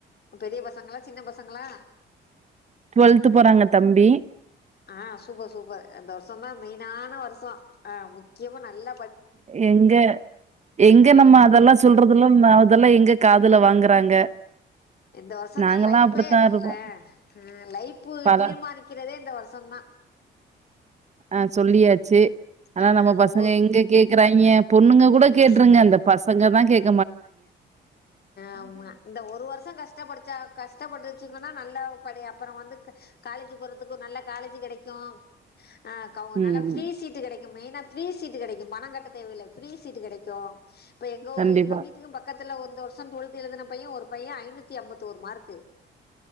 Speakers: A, on the left (about 55°); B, on the right (about 35°).
A: பெரிய பசங்களா சின்ன பசங்களா
B: டுவெல்த் போறாங்க தம்பி
A: ஆ சூப்பர் சூப்பர் இந்த வருஷந்தா மெயினான வருஷோ ஆ முக்கியமு நல்ல
B: எங்க எங்க
A: ஆ
B: நம்ம அதெல்லா சொல்றதுலா மே தெல்லா எங்க காதுல வாங்குறாங்க
A: இந்த வருஷந்தா
B: நாங்கல்லா
A: லைப்பே
B: அப்டித்தா இருக்கோ
A: ஆ லைப்பு
B: பல
A: தீர்மானிக்கிறதே இந்த வருஷந்தா
B: அ சொல்லியாச்சு ஆனா
A: ஆ
B: நம்ம
A: இந்த
B: பசங்க
A: ஒரு
B: எங்க கேக்குறாய்ங்க பொண்ணுங்க கூட
A: ஆ
B: கேட்ருங்க அந்த பசங்க பசங்கதா கேக்
A: ஆமா இந்த ஒரு வருஷ கஷ்டப்படுச்சா கஷ்டப்பட்டு படிச்சுதுனா நல்லா படி அப்புற வந்து காலேஜ் போறதுக்கு நல்ல காலேஜ் கெடைக்கு ஆ கவ்
B: ம்
A: நல்ல ஃப்ரீ சீட்டு கெடை க்கு மெயினா ஃப்ரீ சீட் கெடைக்கு பணங் கட்ட தேவையில்ல ஃப்ரீ சீட்டு கெடைக்கு இப்ப எங்கு
B: கண்டிப்பா
A: எங்க வீ பக்கத்துல ஒ இந்த வருஷ டுவெல்த் எழுதுன பைய ஒரு பைய ஐநூத்தி எம்பத்தொரு மார்க்கு